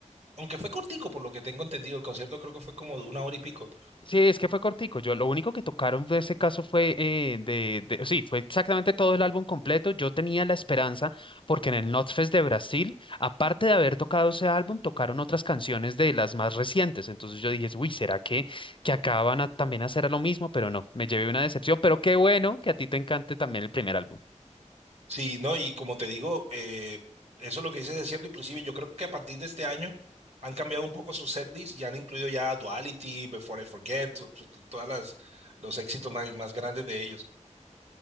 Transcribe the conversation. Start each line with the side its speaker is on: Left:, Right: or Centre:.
Right: Aunque fue cortico, por lo que tengo entendido, el concierto creo que fue como de una hora y pico.
Left: Sí, es que fue cortico. Yo lo único que tocaron de ese caso fue eh, de, de- sí, fue exactamente todo el álbum completo. Yo tenía la esperanza porque en el Notfest de Brasil, aparte de haber tocado ese álbum, tocaron otras canciones de las más recientes. Entonces yo dije, uy, ¿será que que acaban a, también hacer lo mismo? Pero no, me llevé una decepción. Pero qué bueno que a ti te encante también el primer álbum.
Right: Sí, no, y como te digo, eh, eso lo que dices es cierto, inclusive yo creo que a partir de este año han cambiado un poco su setlist y han incluido ya Duality, Before I Forget, to- to- to- todas las los éxitos más, más grandes de ellos.